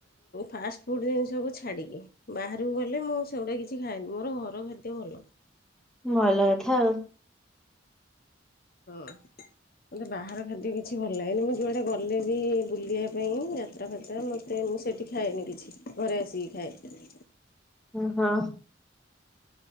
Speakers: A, on the left; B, in the centre.
A: ଫାଷ୍ଟ ଫୁଡ ଜିନିଷକୁ ଛାଡ଼ିକି। ବାହାରକୁ ଗଲେ ମୁଁ ସେଗଟା କିଛି ଖାଏନି ମୋର ଘର ଖାଦ୍ୟ ଭଲ।
B: ଭଲ କଥା ଆଉ
A: ହଁ ମୋତେ ବାହାର ଖାଦ୍ୟ କିଛି ଭଲ ଲାଗେନି ମୁଁ ଯୁଆଡେ ଗଲେ ବି ବୁଲିବା ପାଇଁ ଯାତ୍ରା ଫ୍ରାତ୍ରା ମତେ ସେ ମୁଁ ସେଇଠି ଖାଏନି କିଛି ଘରେ ଆସିକି ଖାଏ।
B: ହ ହଁ